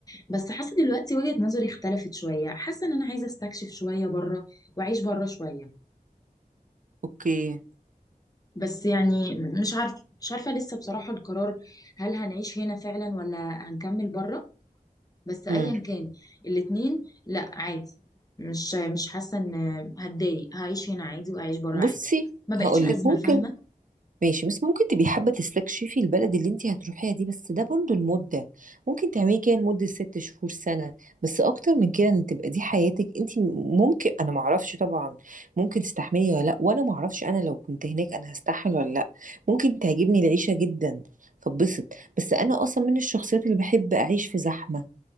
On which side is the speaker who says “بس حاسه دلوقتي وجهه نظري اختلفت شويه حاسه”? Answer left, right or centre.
Left